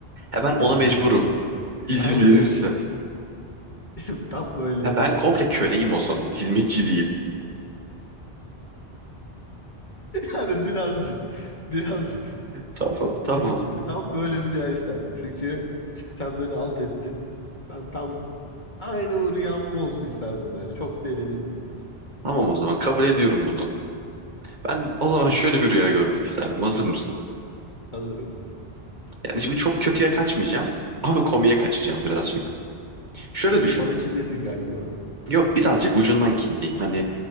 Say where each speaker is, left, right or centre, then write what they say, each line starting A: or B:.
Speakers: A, on the right; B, on the left.
A: Ha ben
B: İzin
A: ona mecburum.
B: verirsen ben.
A: <laughs> İzin
B: Aynen
A: verirsem.
B: öyle. <laughs> Tam böyle.
A: Ha ben komple köleyim o zaman. Hizmetçi değil.
B: Yani birazcık. Birazcık.
A: Tamam tamam.
B: Gibi gibi. Tam böyle bir rüya isterdim. Çünkü Sen beni alt ettin. Ben tam aynı bu rüyam bu olsun isterdim yani. Çok da eğlenirdim.
A: Tamam o zaman kabul ediyorum bunu. Ben o zaman şöyle bir rüya görmek isterdim. Hazır mısın?
B: Hazırım.
A: Yani şimdi çok kötüye kaçmayacağım. Ama komiye kaçacağım birazcık. Şöyle
B: Yine
A: düşün.
B: bana kinlisin galiba.
A: Yok birazcık ucundan kinliyim. Hani